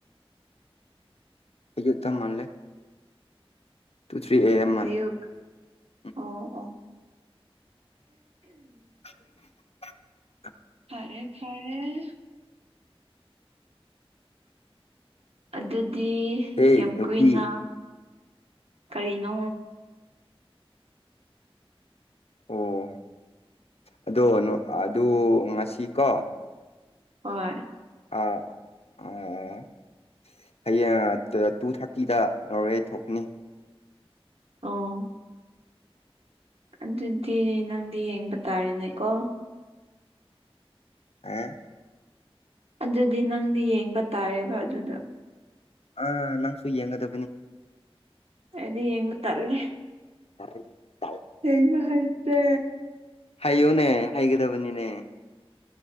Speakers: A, on the left (about 80°); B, on the right (about 75°).
A: ꯍꯖꯤꯨ ꯇ ꯃꯟꯂꯦ ꯇꯨ ꯊ꯭ꯔꯤ ꯑꯦ ꯑꯦꯝ
B: ꯍꯥꯏꯌꯛ
A: ꯃꯥꯜꯂꯦ ꯎꯝ
B: ꯑꯣ ꯑꯣ
A: <unintelligible>
B: ꯐꯔꯦ ꯐꯔꯦ ꯑꯗꯨꯗꯤ
A: ꯍꯦ
B: ꯌꯥꯝ
A: ꯅꯨꯄꯤ
B: ꯀꯨꯏꯅ ꯀꯔꯤꯅꯣ
A: ꯑꯣ ꯑꯗꯣ ꯑꯗꯨ ꯉꯁꯤ ꯀꯣ
B: ꯍꯣꯏ
A: ꯑꯥ ꯍꯌꯦꯡ ꯇꯨ ꯊꯥꯔꯇꯤꯗ ꯅꯣꯔꯋꯦ ꯊꯣꯛꯀꯅꯤ
B: ꯑꯣ ꯑꯗꯨꯗꯤ ꯅꯪꯗꯤ ꯌꯦꯡꯕ ꯇꯥꯔꯦꯅꯦꯀꯣ
A: ꯑ
B: ꯑꯗꯨꯗꯤ ꯅꯪꯗꯤ ꯌꯦꯡꯕ ꯇꯥꯔꯦꯕ ꯑꯗꯨꯗꯣ
A: ꯑꯥ ꯅꯪꯁꯨ ꯌꯦꯡꯒꯗꯕꯅꯤ
B: ꯑꯗꯨꯗ ꯌꯦꯡꯒ ꯇꯜꯦ
A: ꯁꯔ
B: ꯍꯡ ꯍꯥꯏꯥꯏꯇꯦ
A: ꯍꯥꯏꯌꯨꯅꯦ ꯍꯩꯒꯗꯕꯅꯤꯅꯦ